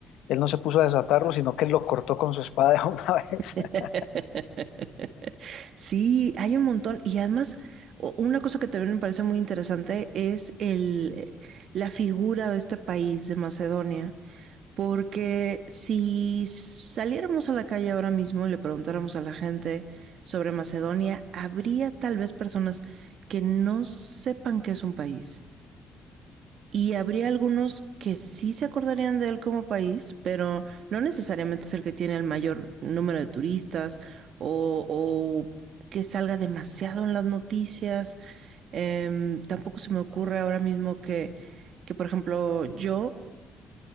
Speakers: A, on the left; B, on the right.
A: él no se puso a desatarlo, sino que él lo cortó con su espada de una vez.
B: <laughs>
A: <laughs>
B: Sí, hay un montón. Y además, o- una cosa que también me parece muy interesante es el, eh, la figura de este país, de Macedonia. Porque si saliéramos a la calle ahora mismo y le preguntáramos a la gente sobre Macedonia, habría tal vez personas que no sepan que es un país. Y habría algunos que sí se acordarían de él como país, pero no necesariamente es el que tiene el mayor número de turistas o, o que salga demasiado en las noticias. Em, tampoco se me ocurre ahora mismo que, que, por ejemplo, yo